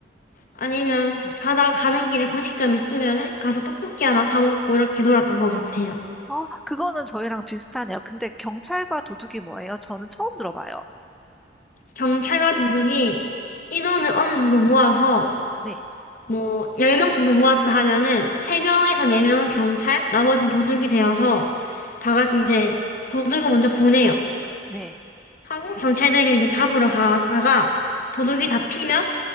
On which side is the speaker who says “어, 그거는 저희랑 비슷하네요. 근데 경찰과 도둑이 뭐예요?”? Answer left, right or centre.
Centre